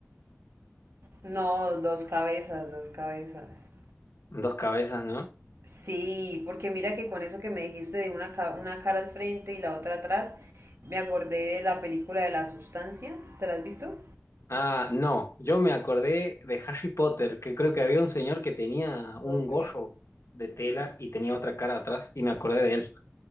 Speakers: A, on the right; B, on the left.
A: No, dos cabezas, dos cabezas.
B: Dos cabezas, ¿no?
A: Sí, porque mira que con eso que me dijiste de una, ca- una cara al frente y la otra atrás, me acordé de la película de La Sustancia. ¿Te la has visto?
B: Ah, no, yo me acordé de Harry Potter, que creo que había un señor que tenía
A: Ok,
B: un gorro de tela y tenía otra cara atrás y me acordé de él.